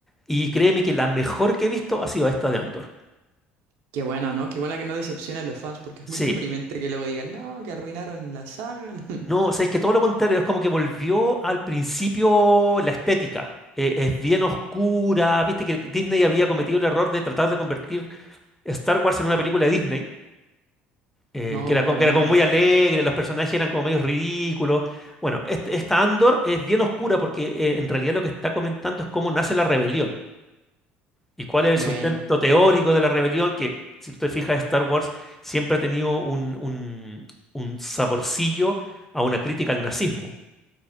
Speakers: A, in the centre; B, on the right.
A: y créeme que la mejor que he visto ha sido esta de Andor.
B: Qué bueno, ¿no? Qué buena que no decepciona a los fans porque es
A: Sí,
B: muy <laughs> deprimente que luego digan, no, que arruinaron la saga. <laughs>
A: No, o sea, es que todo lo contrario, es como que volvió al principio la estética. Eh, es bien oscura, viste que Disney había cometido el error de tratar de convertir Star Wars en una película de Disney, eh,
B: No,
A: que era como,
B: para
A: que era
B: nada.
A: como muy alegre, los personajes eran como medio ridículos. Bueno, este- esta Andor es bien oscura porque eh, en realidad lo que está comentando es cómo nace la rebelión y cuál es el
B: Buena,
A: sustento teórico de la rebelión, que si tú te fijas, Star Wars siempre ha tenido un, un un saborcillo a una crítica al nazismo.